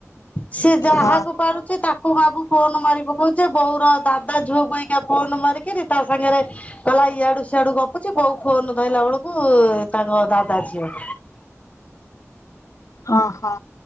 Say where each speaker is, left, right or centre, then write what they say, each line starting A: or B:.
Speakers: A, on the left; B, on the left.
A: ସେ ଯାହାକୁ
B: ହଁ
A: ପାରୁଚି ତାକୁ ବାବୁ ଫୋନ୍ ମାରି ପକଉଚି ବୋଉର ଦା ତା ଝୁଅ ଭଇକା ଫୋନ୍ ମାରିକିରି ତା ସାଙ୍ଗରେ କହିଲା ଇଆଡୁ ସିଆଡୁ ଗପୁଚି, ବୋଉ ଫୋନ୍ ଧହିଲା ବେଳକୁ ତାଙ୍କ ଦାଦା ଝିଅ।
B: ହଁ, ହୋ।